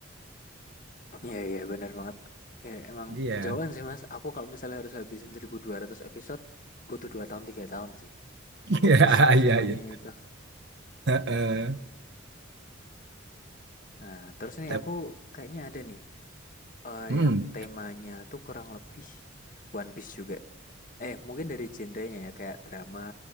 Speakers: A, on the left; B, on the right.
A: ya iya benar banget. Ya, emang
B: iya
A: kejauhan sih Mas. Aku kalau misalnya harus habisin 1200 episode butuh 2 tahun 3 tahun sih
B: <laughs>
A: untuk
B: iya
A: catch up semuanya
B: iya iya
A: itu.
B: Heeh.
A: Nah, terus nih
B: Tap-
A: aku kayaknya ada nih eh,
B: hmm.
A: yang temanya tuh kurang lebih One Piece juga. Eh, mungkin dari genrenya ya kayak drama,